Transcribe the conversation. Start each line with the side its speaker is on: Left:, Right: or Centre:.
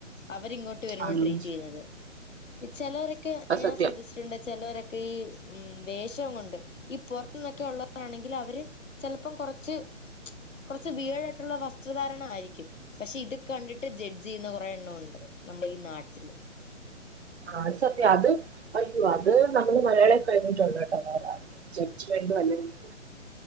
Left: അവരിങ്ങോട്ട് വരുമ്പോൾ
Right: അത്
Left: ട്രീറ്റ് ചെയ്യുന്നത് ഇത് ഞൻ
Right: സത്യം
Left: ശ്രദ്ധിച്ചിട്ടുണ്ട് ചിലവരൊക്കെ ഈ ഉം വേഷം കൊണ്ട് ഈ പുറത്തു നിന്നൊക്കെ ഉള്ളവരാാണെങ്കിൽ അവര് ചിലപ്പം കൊറച്ച് കൊറച്ച് വീടായിട്ടുള്ള വസ്ത്രധാരണ ആയിരിക്കും പക്ഷെ ഇത് കണ്ടിട്ട് ജഡ്ജ് ചെയ്യുന്ന കുറെേ എണ്ണമുണ്ട് നമ്മുടെ ഈ നാട്ടില്
Right: ആ അത് സത്യം അത് പറയൂ അത് നമ്മള് മലയാളികൽ കഴിഞ്ഞിട്ടള്ള കേട്ട ജഡ്ജ്മെന്റും അല്ലെങ്കിൽ